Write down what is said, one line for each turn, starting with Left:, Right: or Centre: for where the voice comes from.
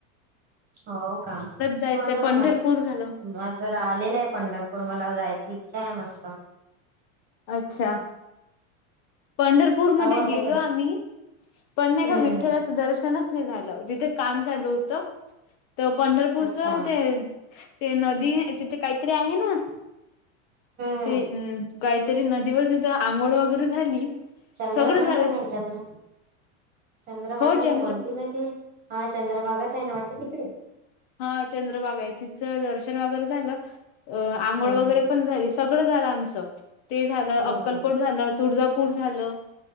Right: हो का हो
Left: जायचंय
Right: ना
Left: पंढरपूर
Right: माझ
Left: झालं.
Right: माझं राहिलेलं आहे पंढरपूर मला जायचं. इचछा आहे मस्त.
Left: अच्छा पंढरपूरमध्येध्ये
Right: पाहू आता
Left: गेलो
Right: का
Left: आम्ही. पण
Right: हम्म
Left: एका विठ्ठलाच
Right: हम्म
Left: दर्शनच नाही झालं तिथे. काम ल होत तर पंढरपूरच
Right: अच्छा हम्म
Left: ते ते नदी तिथे काही. ते आहे ना.
Right: हम्म
Left: ते अ काहीतरी नदीवर तथ आंघोळ वगैरे झाली.
Right: चंद्र
Left: सगळं
Right: भागा
Left: झालं तिचं
Right: नाही चंद्र. चंद्रभागा
Left: हो चंद्र
Right: नाही कोणती ना त हा चंद्रभागाच आहे ना वाटते तिकडे.
Left: हा चंद्रभागा आहे तिचं दर्शन वगैरे झालं. अ
Right: हम्म
Left: आंघोळ वगैरे
Right: हम्म.
Left: पण झाली सगळं झालं आमचं ते झालं अक्कलकोट
Right: हम्म हम्म
Left: झालं तुळजापूर. झालं.